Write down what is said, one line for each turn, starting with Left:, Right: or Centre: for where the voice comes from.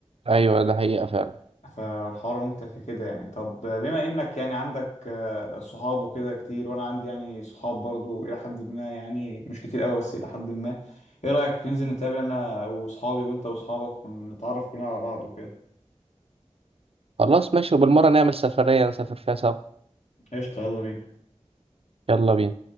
Right: ايوه ده حقيقة فعلا
Left: فالحوار ممتع في كده يعني طب بما انك يعني عندك آه، صحاب وكده كتير وانا عندي يعني صحاب برضو الى حد ما يعني مش كتير قوي بس الى حد ما ايه رأيك ننزل نتقابل انا واصحابي وانت واصحابك ونتعرف كلنا على بعض وكده
Right: خلاص ماشي وبالمرة نعمل سفرية نسافر فيها سوا
Left: قشطة يلا بينا
Right: يلا بينا